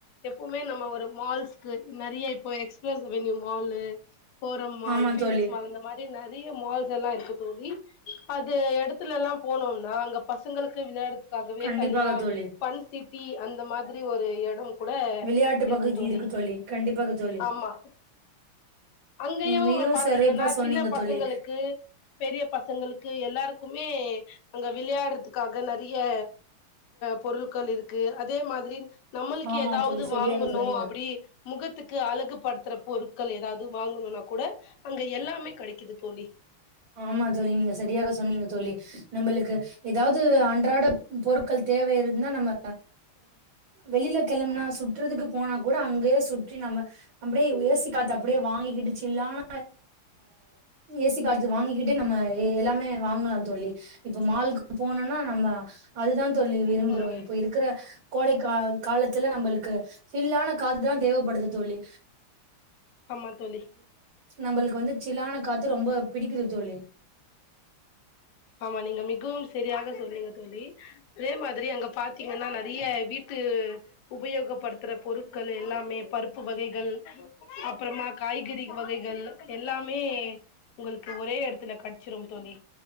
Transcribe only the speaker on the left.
எப்பொமே நம்ம ஒரு மால்ஸ்க்கு நெறைய இப்ப Express Avenue mall, Forum mall,
பீனிக்ஸ்
மால் இந்த மாரி நெறயா மால்ஸ் எல்லா இருக்கு தோழி அது எடத்துல எல்லா போனுனா அங்க பசங்களுக்கு விளையாட துக்காகவே
தனியா
ஃபன் சிட்டி அந்த மாதிரி ஒரு எடம் கூட
இருக்கு
தோழி
ஆமா அங்கயு
பாத்தீங்கன்னா
சின்ன பசங்களுக்கு
பெரிய பசங்களு க்கு எல்லாருக்குமே அங்க விளையாடறதுக்காக நெறயா பொருட்கள் இரு க்கு அதே மாதிரி நம்மளுக்கு
எதாவது
வாங்கனு
அப்டி முகத்துக்கு அழகு படுத்துற பொருட்கள் எதாவது வாங்கணுனா கூட அங்க எல்லாமே கெடைக்குது தோழி
ஆமா
ஆமா தோழி
ஆமா நீங்க மிகவும் சரியாக சொன்னீங்க தோழி அதே மாதிரி அங்க பாத்தீங்கன்னா நெறயா வீட் து உபயோகப்படுத்துற பொருட்கள் எல்லாமே பருப்பு வகைகள் அப்பறமா கா ய்கறி வகைகள் எல்லாமே உங்களுக்கு ஒரே எடத்துல கெடைச்சிரும் தோழி